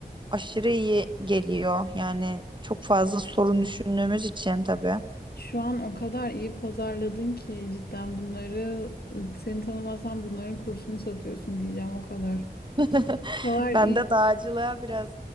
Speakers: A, on the right (about 30°); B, on the left (about 70°).
A: aşırı iyi geliyor. Yani çok fazla sorun düşündüğümüz için tabii.
B: Şu an o kadar iyi pazarladın ki cidden bunları seni tanımasam bunların kursunu satıyorsun diyeceğim o kadar.
A: <laughs>
B: O kadar iyi
A: Ben de dağcılığa biraz